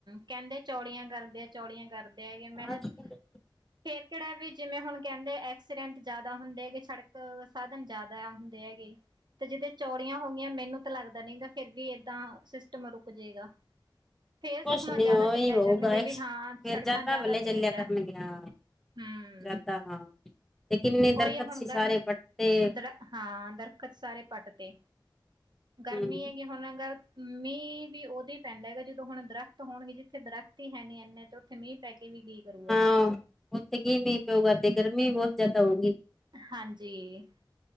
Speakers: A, on the right (about 60°); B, in the centre.
A: ਕਹਿੰਦੇ ਚੌੜੀਆਂ ਕਰਦੇ ਆ ਚੌੜੀਆਂ ਕਰਦੇ ਐ ਮੈਂ ਹੈ
B: ਅੱਜ ਕੱਲ
A: ਫੇਰ ਕਿਹੜਾ ਵੀ ਜਿਵੇਂ ਹੁਣ ਕਹਿੰਦੇ ਐਕਸੀਡੈਂਟ ਜਿਆਦਾ ਹੁੰਦੇ ਹੈਗੇ ਸੜਕ ਸਾਧਨ ਜ਼ਿਆਦਾ ਹੁੰਦੇ ਹੈਗੇ। ਤੇ ਜਿਦਾਂ ਚੌੜੀਆਂ ਹੋ ਗਈਆਂ ਮੈਨੂੰ ਤਾਂ ਲੱਗਦਾ ਨੀ ਗ ਫਿਰ ਵੀ ਏਦਾਂ ਸਿਸਟਮ ਰੁਕ ਜੇਗਾ। ਫੇਰ ਸੁਖਮਾ
B: ਕੁਛ ਨੀ
A: ਜ਼ਿਆਦਾ
B: ਉਵੇਂ
A: ਚੱਲਿਆ
B: ਹੋਊਗਾ
A: ਕਰਨਗੇ ਵੀ
B: ਫਿਰ
A: ਹਾਂ ਸੜਕਾਂ
B: ਜਾ
A: ਜ਼ਿਆਦਾ
B: ਤਾਂ ਵੱਲ ਚੱਲਿਆ
A: ਤੇਜ਼ ਹੈ
B: ਕਰਨ ਗਿਆ।
A: ਹੂੰ।
B: ਜਾਂਦਾ ਹਾਂ। ਤੇ ਕਿੰਨੇ
A: ਉਹੀ
B: ਦਰਖਤ
A: ਆ, ਹੁਣ
B: ਸੀ
A: ਗਰਮੀ
B: ਸਾਰੇ ਪੱਟਤੇ
A: ਦਰ ਹਾਂ ਦਰਖੱਤ ਸਾਰੇ ਪੱਟ ਤੇ ਗਰਮੀ
B: ਹਮ
A: ਏ ਹੁਣ ਅਗਰ ਮੀਂਹ ਵੀ ਉਦੋਂ ਹੀ ਪੈਂਦਾ ਆ ਜਦੋਂ ਹੁਣ ਦਰਖਤ ਹੋਣਗੇ ਜਿੱਥੇ ਦਰਖਤ ਦਰੱਖਤ ਤੇ ਹੈਨੀ ਇਨੇ ਤੇ ਉੱਥੇ ਮੀਂਹ ਪੈ ਕੇ ਵੀ ਕੀ ਕਰੂਗਾ।
B: ਹਾਂ, ਉੱਥੇ ਕੀ ਮੀਂਹ ਪਊਗਾ ਤੇ ਗਰਮੀ ਵੀ ਬਹੁਤ ਜ਼ਿਆਦਾ ਹੋਊਗੀ।
A: ਹਾਂਜੀ।